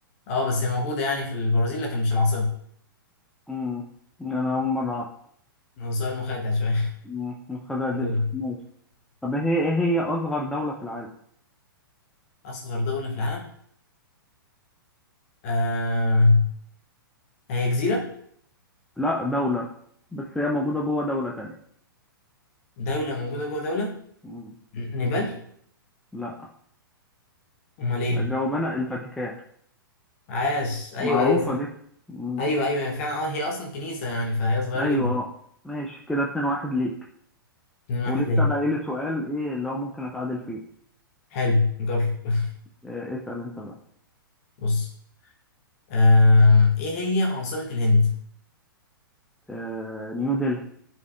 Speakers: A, on the left; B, in the centre.
A: اه بس هي موجودة يعني في البرازيل لكن مش العاصمة
B: مم. أنا أول مرة أعرف
A: هو سؤال مخادع شوية
B: مم. متخدعة
A: <laughs>
B: جدا
A: دول
B: ماشي طب هي إيه هي أصغر دولة في العالم؟
A: أصغر دولة في العالم آه هي جزيرة
B: لا دولة بس هي موجودة جوه دولة تانية
A: دولة موجودة جوه دولة
B: مم.
A: ن- نيبال
B: لا
A: أمال إيه
B: أجاوب أنا الفاتيكان
A: عاش أيوه
B: معروفة
A: أيوه صح
B: دي مم.
A: أيوه أيوه هي فعلا اه هي أصلا كنيسة يعني فهي صغيرة
B: أيوة
A: جدا
B: أه ماشي كده اتنين واحد ليك
A: اتنين واحد
B: ولسه
A: ليه
B: باقي لي سؤال إيه اللي هو ممكن أتعادل فيه
A: حلو جرب <laughs>
B: آه اسأل أنت بقى
A: بص آه إيه هي عاصمة الهند
B: آه نيو دلهي